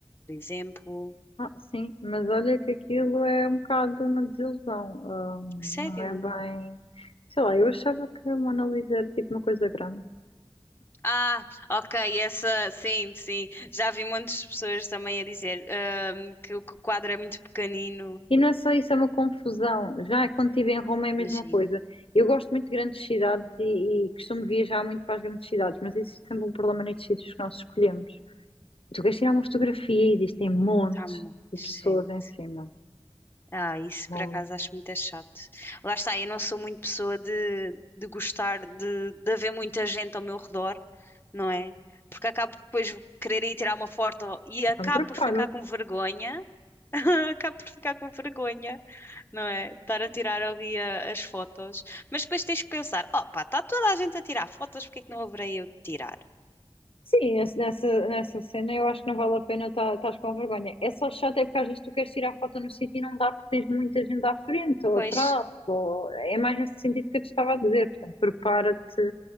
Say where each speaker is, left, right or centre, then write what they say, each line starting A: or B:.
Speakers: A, on the left; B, on the left.
A: por exemplo.
B: Ah, sim, mas olha que aquilo é um bocado uma desilusão. Ah, não
A: Sério?
B: é bem. Sei lá, eu achava que a Mona Lisa era tipo uma coisa grande.
A: Ah, ok, essa, sim, sim. Já vi muitas pessoas também a dizer, hum, que, o que o quadro é muito pequenino.
B: E não é só isso, é uma confusão. Já quando estive em Roma é a mesma
A: Imagino,
B: coisa. Eu gosto muito de grandes cidades e, e costumo viajar muito para as grandes cidades, mas existe sempre um problema nestes sítios que nós escolhemos. Tu queres tirar uma fotografia e existem montes
A: está muito
B: de
A: gente.
B: pessoas em cima.
A: Ah, isso
B: Montes.
A: por acaso acho muito é chato. Lá está, eu não sou muito pessoa de, de gostar de, de haver muita gente ao meu redor, não é? Porque acabo depois de querer ir tirar uma foto e
B: Então
A: acabo
B: prepara-te.
A: por ficar com vergonha <laughs> Acabo por ficar com vergonha, não é? Estar a tirar ali a- as fotos. Mas depois tens que pensar: oh pá, está toda a gente a tirar fotos, porque é que não haverei eu de tirar?
B: Sim, esse- nessa, nessa cena eu acho que não vale a pena estar com vergonha. É só chato, é porque às vezes tu queres tirar foto no sítio e não dá porque tens muita gente à frente ou
A: Pois,
B: atrás. Ou... É mais nesse sentido que eu te estava a dizer. Portanto, prepara-te